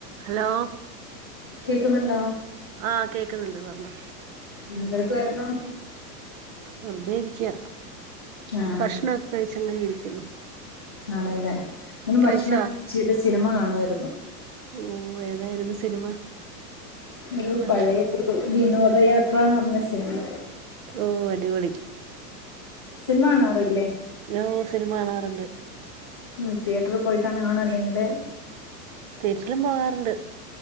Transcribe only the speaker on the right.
Hello.
ആഹ് കേക്ക്ന്ന്ണ്ട് പറ്ഞ്ഞോ.
വെറ്തെ ഇരിക്ക
ഭക്ഷണൊക്കെ കഴിച്ച് അങ്ങനെ ഇരിക്കുന്നു.
കഴിച്ചാ
ഓ ഏതായിര്ന്നു സിനിമ?
നല്ല
ഓ അടിപൊളി.
ഞ്ഞാ ഓ സിനിമ കാണാറ്ണ്ട്.
തീയെറ്ററ്ലും പോകാറ്ണ്ട്.